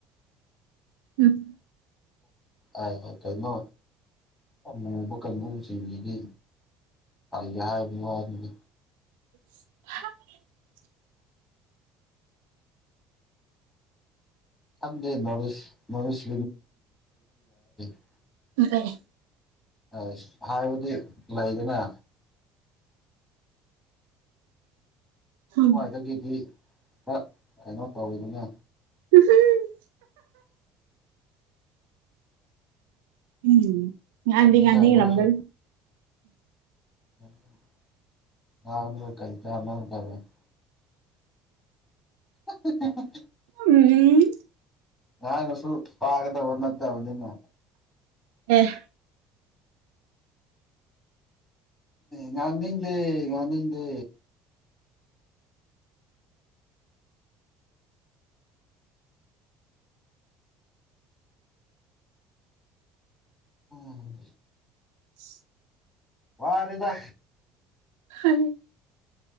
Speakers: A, on the right; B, on the left.
A: ꯎꯝ
B: ꯑꯣ ꯑ ꯀꯩꯅꯣ ꯑꯃꯨꯕ ꯀꯥꯡꯕꯨꯁꯤꯡꯁꯤꯗꯤ ꯐꯜꯂꯦ ꯍꯥꯏꯕꯒꯤ ꯋꯥꯗꯨꯗꯤ
A: <inaudible>
B: ꯊꯟꯗꯦ ꯅꯣꯠꯔꯤꯁ <unintelligible>
A: <unintelligible>
B: ꯑꯁ ꯍꯥꯏꯕꯗꯤ ꯂꯩꯗꯅ
A: ꯎꯝ
B: ꯁ꯭ꯋꯥꯏꯗꯒꯤꯗꯤ ꯈꯔ ꯀꯩꯅꯣ ꯇꯧꯔꯤꯗꯅ
A: <inaudible> ꯎꯝ ꯉꯡꯗꯤ
B: ꯈꯪꯉꯤꯗ
A: ꯉꯡꯅꯤꯡꯔꯥꯝꯒꯅꯤ
B: ꯑꯩꯈꯣꯏꯁꯨ <unintelligible> <inaudible>
A: ꯎꯝ
B: ꯃꯍꯥꯛꯅꯁꯨ ꯄꯥꯒꯗꯕ ꯅꯠꯇꯕꯅꯤꯅ
A: ꯑꯦ
B: ꯉꯡꯅꯤꯡꯗꯦ ꯉꯡꯅꯤꯡꯗꯦ ꯎꯝ
A: <inaudible>
B: ꯋꯥꯔꯦꯗ
A: ꯍꯥꯏ